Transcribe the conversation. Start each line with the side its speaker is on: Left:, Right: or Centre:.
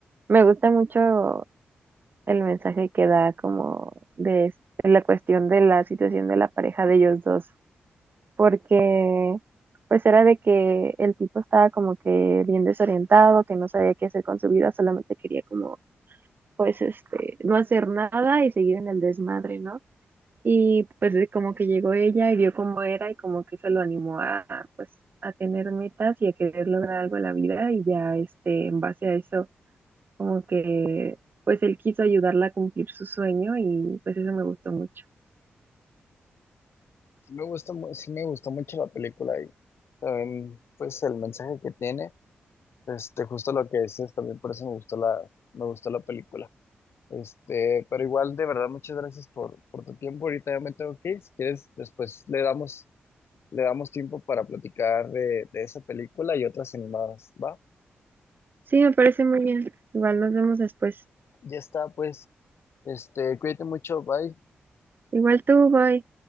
Right: me gusta mucho el mensaje que da como de, de la cuestión de la situación de la pareja de ellos dos. porque pues era de que el tipo estaba como que bien desorientado, que no sabía qué hacer con su vida, solamente quería como pues este, no hacer nada y seguir en el desmadre, ¿no? Y pues de como que llegó ella y vio cómo era y como que eso lo animó a pues a tener metas y a querer lograr algo en la vida y ya este en base a eso como que pues él quiso ayudarla a cumplir su sueño y pues eso me gustó mucho.
Left: sí me gusta, mu- sí me gustó mucho la película y también, pues el mensaje que tiene, este, justo lo que dices, también por eso me gustó la, me gustó la película. Este, pero igual, de verdad, muchas gracias por, por tu tiempo. Ahorita ya me tengo que ir. Si quieres, después le damos, le damos tiempo para platicar de, de esa película y otras animadas, ¿va?
Right: Sí, me parece muy bien. Igual nos vemos después.
Left: Ya está, pues, este, cuídate mucho, bye.
Right: Igual tú, bye.